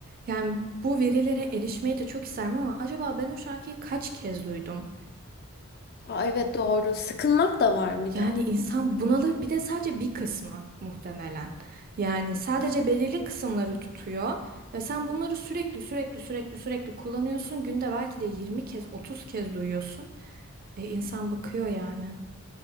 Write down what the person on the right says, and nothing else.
yani bu verilere erişmeyi de çok isterim ama acaba ben o şarkıyı kaç kez duydum?
Yani
insan bunalır bir de sadece bir kısmı muhtemelen. Yani sadece belirli kısımları tutuyor ve sen bunları sürekli sürekli sürekli sürekli kullanıyorsun. Günde belki de 20 kez 30 kez duyuyorsun. E, insan bakıyor yani.